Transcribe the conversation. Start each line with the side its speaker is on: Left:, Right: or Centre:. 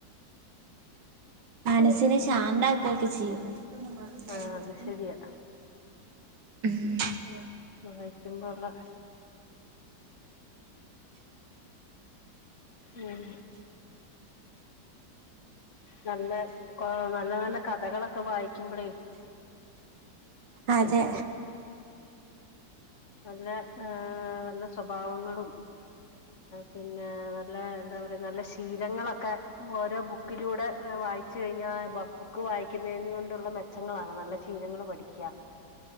Right: മനസ്സിനെ ശാന്തമാക്കെ ഒക്കെ ചെയ്യു ച <unintelligible> മാര ധാൻ
Left: ആഹ്
Right: പോത്ത
Left: അത് ശരിയാ
Right: <unintelligible> ഉം
Left: വായിക്കുമ്പോള്ള ഉം നല്ല നല്ല നല്ല കഥകളൊക്കെ വായിക്കുമ്പളേ
Right: അതെ
Left: നല്ല ഏ നല്ല സ്വഭാവങ്ങളും പിന്നെ നല്ല എന്താ പറയാ നല്ല ശീലങ്ങളൊക്കെ ഓരോ ബുക്കിലൂടെ വായിച്ചു കഴിഞ്ഞാൽ ബുക്ക് വായിക്കുന്നന് കൊണ്ടുള്ള മെച്ചങ്ങളാണ് നല്ല ശീലങ്ങൾ പഠിക്കുക